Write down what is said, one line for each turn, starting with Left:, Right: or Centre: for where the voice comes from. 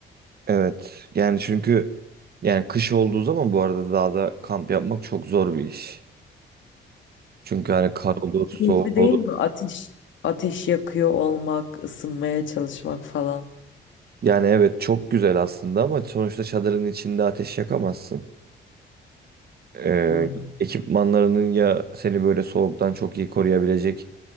Right: Evet. Yani çünkü yani kış olduğu zaman bu arada dağda kamp yapmak çok zor bir iş. Çünkü hani kar olur, soğuk
Left: Keyifli değil
Right: olur.
Left: mi? Ateş, ateş yakıyor olmak, ısınmaya çalışmak falan.
Right: Yani evet çok güzel aslında ama sonuçta çadırın içinde ateş yakamazsın. E,
Left: Hmm,
Right: ekipmanlarının ya seni böyle soğuktan çok iyi koruyabilecek